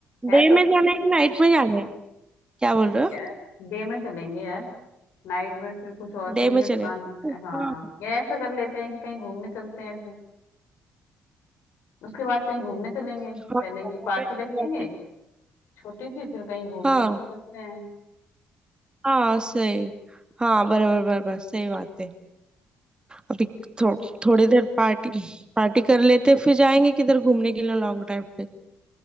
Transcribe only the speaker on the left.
है
तो
किसी
को
यार डे में चलेंगे यार नाइट में फिर कुछ और कहीं
का प्लान
हाँ या ऐसा कर लेते हैं कि कहीं घूमने चलते हैं फिर उसके बाद कहीं घूमने चलेंगे
पहले
ये पार्टी
रख लेंगे
छोटी सी फिर कहीं घूमने
चलते हैं